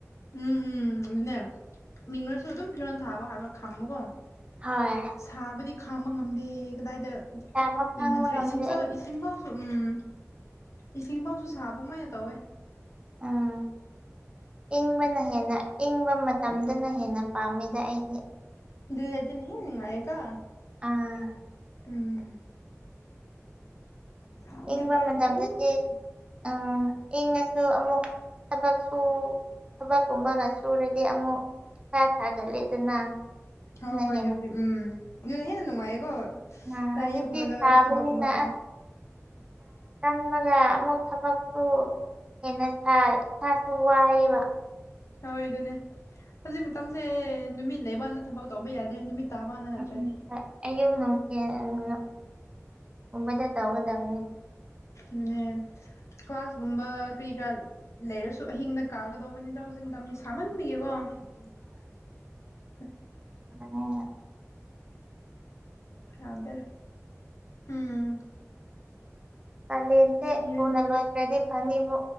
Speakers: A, on the left; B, on the right.
A: ꯎꯝ ꯎꯝ ꯑꯗꯨꯅꯦ ꯃꯤꯉꯁꯨ ꯑꯗꯨꯝ ꯐꯤꯔꯣꯜ ꯊꯥꯕ ꯍꯥꯏꯕ ꯈꯪꯕꯀꯣ
B: ꯍꯣꯏ
A: ꯁꯥꯕꯨꯗꯤ ꯈꯥꯡꯕ ꯉꯝꯗꯦ ꯀꯗꯥꯏꯗ
B: ꯁꯥꯕ ꯈꯥꯡꯕ
A: ꯏꯪꯍꯟꯁꯤꯔꯦ
B: ꯉꯝꯗꯦ
A: ꯏꯁꯤꯡꯁ
B: ꯑꯩ
A: ꯏꯁꯤꯡꯐꯥꯎ ꯎꯝ ꯏꯁꯤꯡꯐꯥꯎꯁꯨ ꯁꯥꯕꯧ ꯃꯅ ꯇꯧꯋꯦ
B: ꯎꯝ ꯏꯪꯕꯅ ꯍꯦꯟꯅ ꯏꯪꯕ ꯃꯇꯝꯗꯅ ꯍꯦꯟꯅ ꯄꯥꯝꯃꯤꯗ ꯑꯩꯗꯤ
A: ꯑꯗꯨꯨ ꯍꯗꯤꯅ ꯑꯑꯒ
B: ꯑꯥ
A: ꯎꯝ ꯁꯥꯕꯗꯤ
B: ꯏꯪꯕ
A: ꯎꯄꯥꯏ
B: ꯃꯇꯝꯗꯗꯤ
A: ꯂꯩꯇꯦ ꯎꯐ
B: ꯎ ꯏꯪꯉꯁꯨ ꯑꯃꯨꯛ ꯊꯕꯛ ꯁ ꯊꯕꯛꯀꯨꯝꯕꯒ ꯁꯨꯔꯗꯤ ꯑꯃꯨꯛ ꯏꯁꯥ ꯁꯥꯒꯂ ꯑꯗꯨꯅ
A: ꯍꯣꯏ ꯍꯣꯏ
B: ꯍꯦꯟꯅ
A: ꯑꯗꯨꯕꯨꯗꯤ ꯎꯝ ꯑꯗꯨꯅ ꯍꯦꯟꯅ ꯅꯨꯡꯉꯥꯏꯌꯦꯀꯣ
B: ꯎꯝ
A: ꯌꯌꯨꯒꯨꯝꯕꯗ
B: ꯍꯧꯖꯤꯛꯇꯤ ꯁꯥꯕꯅꯤꯅ
A: ꯊꯕꯛꯀꯨꯝꯕ ꯇꯧ
B: ꯄꯨꯟꯕꯒ ꯑꯃꯨꯛ ꯊꯕꯛꯁꯨ ꯍꯦꯟꯅ ꯁꯥꯏ ꯏꯁꯥꯁꯨ ꯋꯥꯏꯑꯕ
A: ꯍꯣꯏ ꯑꯗꯨꯅꯦ ꯍꯧꯖꯤꯛ ꯃꯇꯝꯁꯦ ꯅꯨꯃꯤꯠ ꯂꯩꯕꯗ ꯊꯕꯛ ꯇꯧꯕ ꯌꯥꯗ꯭ꯔꯦ ꯅꯨꯃꯤꯠ ꯇꯥꯕꯅ ꯅꯠꯇ꯭ꯔꯗꯤ
B: ꯎꯝ ꯍꯣꯏ ꯑꯌꯨꯛ ꯅꯨꯡꯊꯤꯜ ꯀꯨꯝꯕꯗ ꯇꯧꯒꯗꯕꯅꯤ
A: ꯃꯅꯅꯦ ꯀ꯭ꯂꯥꯁꯒꯨꯝꯕ ꯀꯔꯤ ꯀꯔꯥ ꯂꯩꯔꯁꯨ ꯑꯍꯤꯡꯗ ꯀꯥꯒꯗꯧꯕꯅꯤꯗ ꯍꯧꯁꯤꯡꯤꯡ ꯇꯝꯅꯤ ꯁꯥꯃꯟꯕꯤꯒꯦꯀꯣ <inaudible>
B: ꯎꯝ
A: ꯌꯥꯗꯔ ꯎꯝ
B: ꯑꯂꯦ
A: ꯁꯤꯔꯅꯤ
B: ꯐꯣꯅ ꯂ ꯏꯇ꯭ꯔꯗꯤ ꯐꯅꯤꯕ